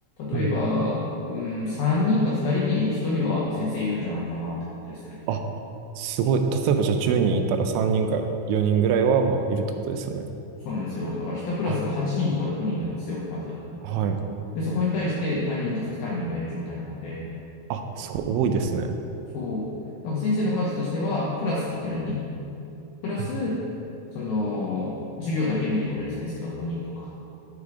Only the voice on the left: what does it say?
例えば、
うん、3人か2人に1人は先生いるんじゃないかなって感じですね。
そうなんですよ。だから1クラスが8人とか6人なんですよ、
まず。
で、そこに対して担任と副担任がいる状態なので、
そう。だから先生の数としては、クラスかける2。にプラス、
その、授業だけ見てくれる先生が5人とか。